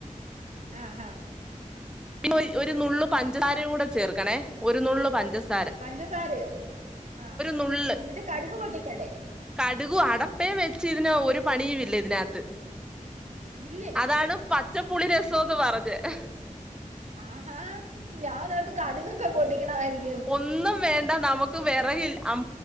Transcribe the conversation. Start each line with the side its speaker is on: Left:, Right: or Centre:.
Right: ആഹ് ഹാ
Centre: പിന്നെ ഒരു നുള്ള് പഞ്ചസാര കൂടെ ചേർക്കണേ ഒരു നുള്ള് പഞ്ചസ-
Right: പഞ്ചസാരയോ ആഹ്
Centre: നുള്ള്
Right: എന്നിട്ട് കടുക് പൊട്ടിക്കണ്ടേ?
Centre: കടുകും അടപ്പേം വെച്ച് ഇതിന് ഒരു പണിയും ഇല്ല ഇതിനകത്ത്
Right: ഇല്ലേ
Centre: അതാണ് പച്ചപ്പുളി രസംന്ന് പറഞ്ഞെ ഹ് ഹി
Right: ആഹാ ഞാനോർത്ത് കടുകൊക്കെ പൊട്ടിക്കണമായിരിക്കും
Centre: ഒന്നും വേണ്ട നമുക്ക് വിറകി അം